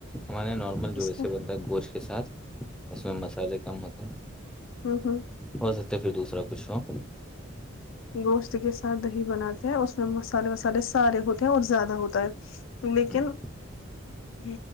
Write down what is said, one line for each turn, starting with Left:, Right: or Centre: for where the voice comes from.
Centre: ہمارے یہاں نارمل جوسے
Left: اس کو
Centre: بنتا ہے گوشت کے ساتھ اس میں مسالے کم ہوتے ہیں
Left: ہاں ہاں
Centre: ہو سکتا ہے پھر دوسرا کچھ ہو
Left: گوشت کے ساتھ دہی بناتے ہیں اس میں مسالے وسالے سارے ہوتے ہیں اور زیادہ ہوتے تو لیک
Centre: ہوں
Left: ن ج